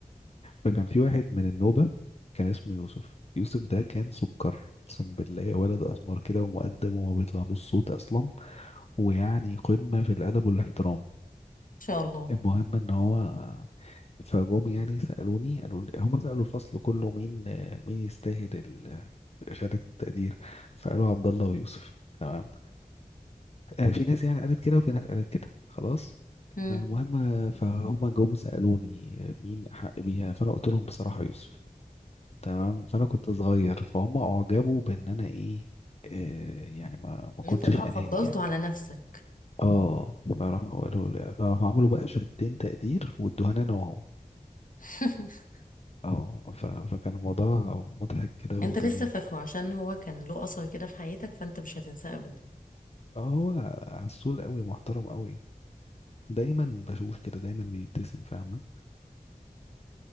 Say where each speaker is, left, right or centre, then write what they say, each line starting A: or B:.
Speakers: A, on the left (about 45°); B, on the left (about 65°).
A: فكان في واحد من النوبة كان اسمه يوسف يوسف ده كان سكر أقسم بالله ولد أسمر كده ومؤدب وما بيطلعلوش صوت أصلا ويعني قمة في الأدب والاحترام
B: شاء الله
A: المهم ان هو فجم يعني سألوني قالوا لي هم سألوا الفصل كله مين مين يستاهل ال- شهادة التقدير فقالوا عبد الله ويوسف تمام آه، في ناس يعني قالت كده وفي ناس قالت كده خلاص
B: امم
A: فالمهم آه، فهم جم سألوني آه، مين أحق بيها فأنا قلت لهم بصراحة يوسف تمام فأنا كنت صغير فهم أعجبوا بإن أنا إيه آه، يعني ما ما
B: انت
A: كنتش
B: بقى
A: أناني
B: فضلته
A: يعني
B: على نفسك
A: اه فراحوا قالوا لي- فراحوا عملوا بقى شهادتين تقدير وادوها لي انا وهو
B: <laughs>
A: اه ف... فكان الموضوع مضحك كده
B: انت
A: وجميل
B: لسه فاكره عشان هو كان له اثر كده في حياتك فانت مش هتنساه ابدا
A: اه هو عسول قوي محترم قوي دايما بشوف كده دايما بيبتسم فاهمة